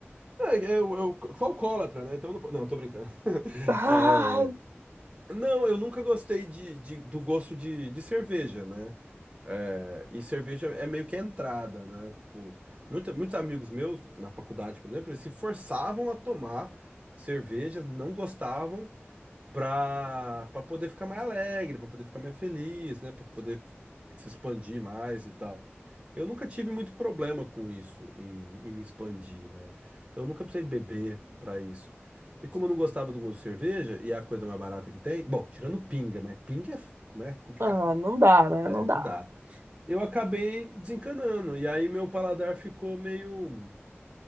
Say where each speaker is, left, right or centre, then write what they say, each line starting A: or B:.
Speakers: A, on the right; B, on the right.
A: é, eu, eu sou alcoólatra, né? Então eu não... po- Não, tô brincando. <laughs>
B: Ah,
A: Não, eu nunca gostei de, de- do gosto de, de cerveja, né? É, e cerveja é meio que a entrada, né? Tipo, muita, muitos amigos meus, na faculdade, por exemplo, eles se forçavam a tomar cerveja, não gostavam, para para poder ficar mais alegre, para poder ficar mais feliz, né, para poder se expandir mais e tal. Eu nunca tive muito problema com isso, em, em me expandir, né? Então eu nunca precisei beber para isso. E como eu não gostava do gosto de cerveja, e é a coisa mais barata que tem, bom, tirando pinga, mas pinga é, f- né, complicado.
B: ah, não dá, né?
A: É,
B: Não
A: não
B: dá.
A: dá. Eu acabei desencanando, e aí meu paladar ficou meio